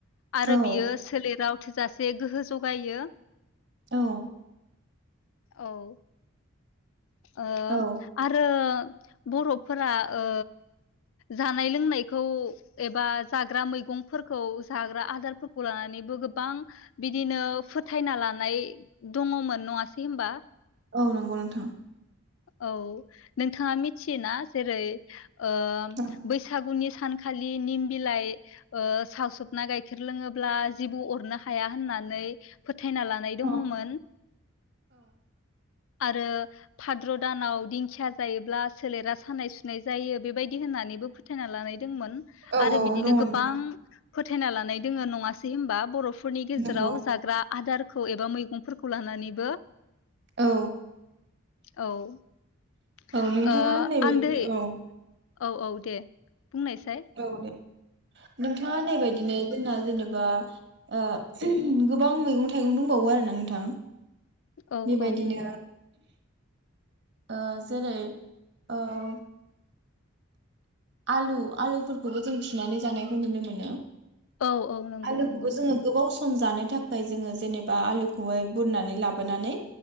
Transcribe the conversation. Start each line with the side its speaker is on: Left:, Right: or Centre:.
Left: आरो
Right: औ
Left: बियो सोलेराव थोजासे गोहो ज'गायो।
Right: औ।
Left: औ। ओ
Right: औ
Left: आरो बर'फोरा ओ जानाय लोंनायखौ एबा जाग्रा मैगंफोरखौ जाग्रा आदारफोरखौ लानानैबो गोबां फोथायना लानाय दङमोन, नङासै होमबा?
Right: औ नोंगौ नोंथां।
Left: औ नोंथाङा मिथियोना, जेरै <inaudible> ओ
Right: औ
Left: बैसागुनि सा सानखालि निम बिलाइ ओ सावसोबना गाइखेर लोङोब्ला जिबौ अरनो हाया होननानै फो थायना लानाय दङमोन।
Right: औ
Left: आरो भाद्र' दानाव दिंखिया जायोब्ला सोलेरा सानाय सुनाय जायो, बेबायदि होननानैबो फोथायना लानाय दोंमोन
Right: औ
Left: आरो बिदिनो
Right: दङ
Left: गोबां
Right: नोंथां
Left: फोथायना लानाय दोङो, नङासै होमबा बर' फोरनि गेजेराव
Right: नंगौ
Left: जाग्रा आदार खौ एबा मैगंफोरखौ लानानैबो।
Right: औ
Left: औ ओ
Right: औ नोंथाङा होननाय बायदिनो
Left: आं दोहै
Right: औ
Left: औ औ दे । बुं नायसाय
Right: औ दे नोंथाङा होननाय बायदिनो जोंना जेनेबा ओ गोबां मैगं-थाइगं दंबावो आरो ना नोंथां।
Left: औ
Right: बेबायदिनो
Left: औ
Right: ओ जेरै ओं आलु आलुफोरखौबो जों थिनानै जानायखौ नुनो मोनो।
Left: औ औ नंगौ
Right: आलुखौबो
Left: नंगौ।
Right: जोङो गोबाव सम जानो थाखाय जोङो जेनेबा आलुखौहाय बुरनानै लाबोनानै